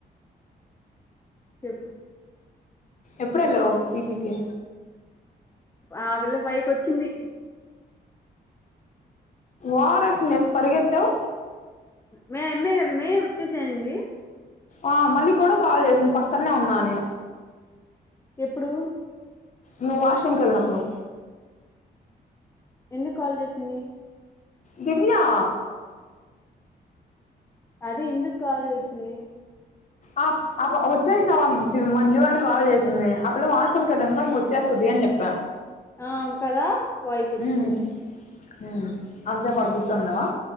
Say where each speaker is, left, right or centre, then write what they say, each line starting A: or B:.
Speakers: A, on the left; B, on the left.
A: చెప్పు
B: ఎప్పుడెళ్ళావ్ పీజీకి
A: ఆ పిల్ల ఫై కొచ్చింది
B: ఓవర్ యాక్షన్ చెసి పరిగెత్తావ్
A: మే ఆమ్మే గద మే వచ్చేసెయ్ అనింది
B: ఆ మళ్ళీ కూడా కాల్ చేసింది పక్కనే ఉన్నా అని
A: ఎప్పుడు
B: నువ్ వాష్ రూమ్ కెళ్ళినప్పుడు
A: ఎందుకు కాల్ చేసింది
B: దివ్యా
A: అదే ఎందుకు కాల్ చేసింది
B: ఆప్ ఆప వచ్చేసినాం మంజు అని కాల్ చేసింది అ పిల్ల వాష్రూమ్కి వెళ్ళింత ఇంగ వచ్చేస్తది ఏం చెప్ప
A: ఆ కదా ఫైవ్ కొచ్చింది
B: ఉమ్, ఉమ్ అంతసేప్ ఆడ కూర్చోనున్నవా